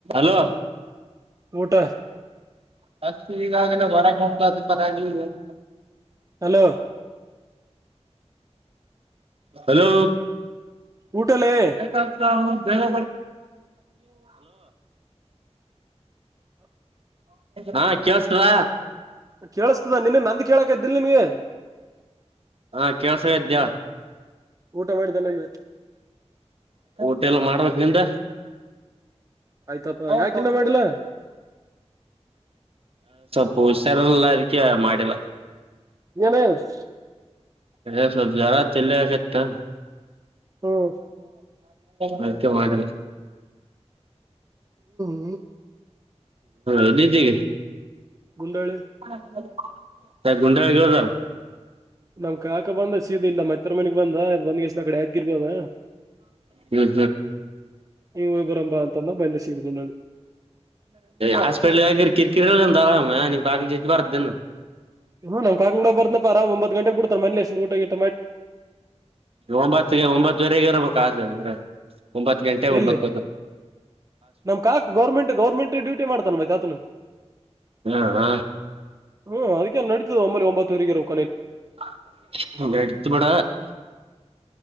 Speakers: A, on the right (about 55°); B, on the right (about 30°).
A: Hello,
B: ಊಟ.
A: <unintelligible>
B: Hello,
A: hello,
B: ಊಟಲ್ಲೇ
A: hello. ಹಾ ಕೆಲ್ಸತದ
B: ಕೇಳಿಸ್ತದ ನಿನ್ನಗ ನಂದ ಕೇಳಕ ಇದ್ದಿಲ್ಲ ನಿನಗ
A: ಹಾ ಕೆೇಳಸಕತ್ ಹೇಳು
B: ಊಟ ಮಾಡದೇನಮ್ಮಿ
A: ಊಟ ಇಲ್ಲ್ ಮಾಡ್ಬೇಕ್ ನಿಂದ.
B: ಆಯ್ತಪ್ಪ
A: <unintelligible>
B: ಯಾಕಿನ್ನ ಮಾಡಿಲ್ಲ
A: ಹುಷಾರ್ ಇರಲಿಲ್ಲ ಅದಕ್ಕೆ ಮಾಡಿಲ್ಲ.
B: ಏನಾಗ್ಯದ.
A: ಎ ಸ್ವಪ ಜ್ವರ ತೇಲ ನೌಕತಿತ್ತು.
B: ಹ್ಮ್
A: ಅದಕ್ಕೆ ಮಾಡಿಲ್ಲ.
B: ಹ್ಮ್
A: ಯಲ್ಲಿದೀ ಇಗ್
B: ಗುಂಡಾಳಿ
A: <unintelligible>
B: ನಮ್ ಕಾಕ ಬಂದ ಸಿದ ಇಲ್ಲಿ ನಮ್ ಅತ್ತೆರಾ ಮನಿಗ್ ಬಂದ ಬಂದ್ಗೆಸಿ ಅಕ್ಡಿ ಯಾದಗಿರ್ಕ್ ಹೋದ.
A: ಹ್ಮ್
B: ಹಂಗೆ ಹೋಗಿ ಬರಂ ಬಾ ಅಂಥ ಅಂದ ಸೀದಾ ಗುಂಡಳ್ಳಿ.
A: ಹಾಸ್ಪಿಟಲ್ ಹಾಕಿದರೆ ಕಿರಿಕಿರಿಂತ ಅರಾಮ ಬಕಿ ಬರ್ದನು
B: ಹ್ಮ ನಮ್ ಕಾ ಕಡಡೆ ಬರ್ನಪ್ಪರ ಒತ್ ಗಂಟೆ ಬಿಡ್ತಾರ ಮನೇ ಎ ಊಟಗ <unintelligible>
A: ಒಂಬತ್ತಗೆ ಒಂಬತ್ತುವರೆಗೆ ಇರ್ಬೇಕ ಅದ ಅಂದ್ರೆ ಒಂಬತ್ತು ಗಂಟೆ
B: ಎಲ್ಲಿ
A: ಒಂಬತ್ತು ವರೆ
B: ನಮ್ ಕಾಕ ಗೌರ್ಮೆಂಟ್ ಗೌರ್ಮೆಂಟ್ ಡ್ಯೂಟಿ ಮಾಡ್ತನ್ ಮಾತ ಆತನು
A: ಹ ಹ
B: ಹ್ಮ ಅದಕ್ಕೆಲ್ಲ ನಡತದೆ ಒಂಬಲ್ಲಿ ಒಂಬತ್ತುವರೆಗರೋಬಕ್
A: ಅ ಅಡುತ ಬಿಡೆ